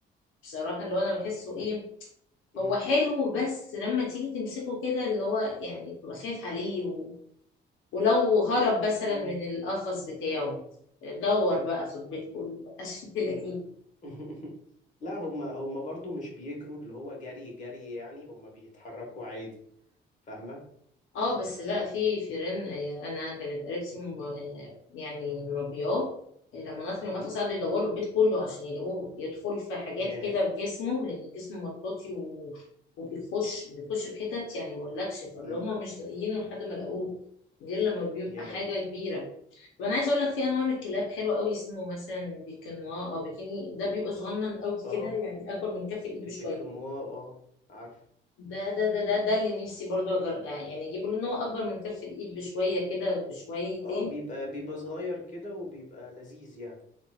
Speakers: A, on the left (about 85°); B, on the left (about 40°).
A: بصراحة اللي هو أنا بحسه إيه
B: امم
A: هو حلو بس لما تيجي تمسكه كده اللي هو يعني تبقى خايف عليه و... ولو هرب مثلا
B: امم
A: من القفص بتاعه دور بقى في البيت كله عشان تلاقيه
B: <laughs> لا هما هما برضو مش بيجروا اللي هو جري جري يعني هما بيتحركوا عادي فاهمة
A: اه بس لا في فيران آه، انا كانت قريبتي من- آه، يعني مربياه آه، لما نط من القفص
B: امم
A: قعدوا يدوروا البيت كله عشان يلاقوه يدخل في حاجات
B: ياه
A: كده في جسمه لان جسمه مطاطي و... وبيخش بيخش في حتت يعني ما اقولكش فاللي
B: امم
A: هم مش لاقيينه لحد ما لقوه غير لما بيبقى
B: ياه
A: حاجه كبيره وانا عايزه اقول لك في انواع من الكلاب حلوه قوي اسمه مثلا بيكنوا او بيكيني ده بيبقى صغنن قوي
B: اه
A: كده يعني اكبر من كف الايد بشويه
B: البيكاموا اه عارفه
A: ده ده ده ده ده اللي نفسي برضو أجر... آه، يعني اجيبه لان هو اكبر من كف الايد بشويه كده بشويتين
B: اه بيبقى بيبقى صغير كده وبيبقى لذيذ يعني